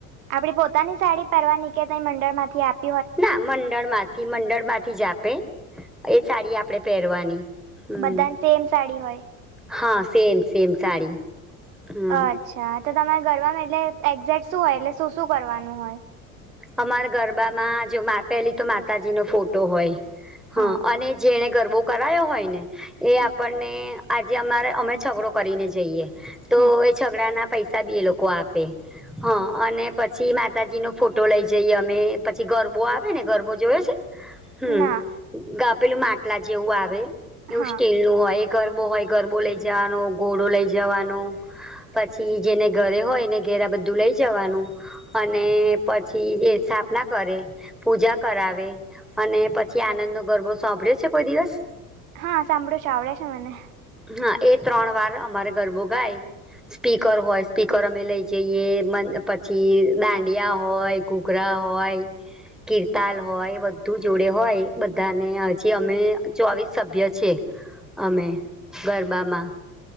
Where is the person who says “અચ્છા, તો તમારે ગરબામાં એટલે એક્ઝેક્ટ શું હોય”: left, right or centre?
Right